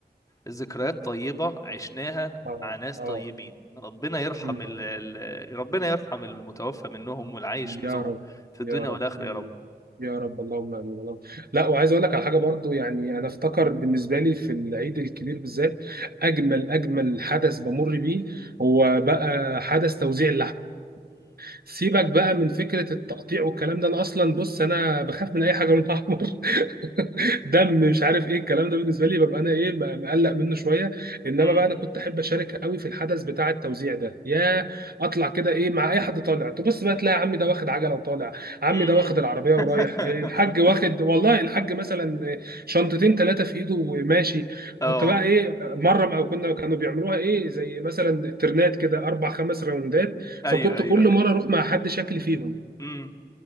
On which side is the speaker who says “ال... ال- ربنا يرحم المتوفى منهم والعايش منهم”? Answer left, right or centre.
Left